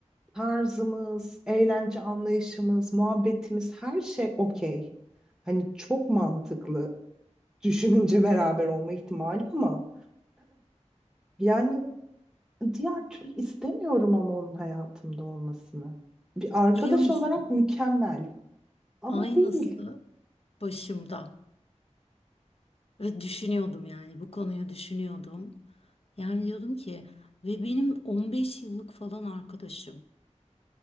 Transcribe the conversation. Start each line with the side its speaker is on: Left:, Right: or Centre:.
Centre: tarzımız, eğlence anlayışımız, muhabbetimiz her şey okey. Hani çok mantıklı düşününce beraber olma ihtimali ama yani diğer türlü istemiyorum ama onun hayatımda olmasını. Bir arkadaş
Left: Biliyor musun?
Centre: olarak mükemmel ama
Left: Aynısı
Centre: değil.
Left: başımda. Ve düşünüyordum yani bu konuyu düşünüyordum. Yani diyordum ki ve benim 15 yıllık falan arkadaşım.